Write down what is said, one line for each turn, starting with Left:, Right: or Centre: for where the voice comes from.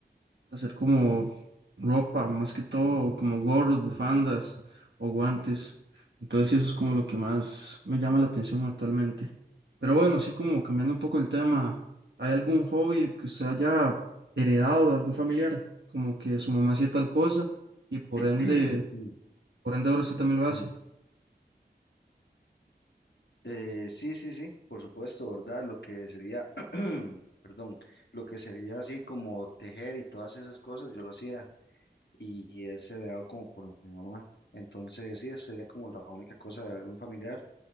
Right: hacer como ropa, más que todo, como gorros, bufandas o guantes. Entonces, sí, eso es como lo que más me llama la atención actualmente. Pero bueno, así como cambiando un poco el tema, ¿hay algún hobby que usted haya heredado de algún familiar? Como que su mamá hacía tal cosa y por ende,
Left: <clears throat> Mm,
Right: por ende ahora usted también lo hace.
Left: mm. Eh, sí, sí, sí, por supuesto, ¿verdad? Lo que sería, <clears throat> perdón, lo que sería así como tejer y todas esas cosas, yo lo hacía. y es heredado como por mi mamá. Entonces, sí, eso sería como la única cosa de algún familiar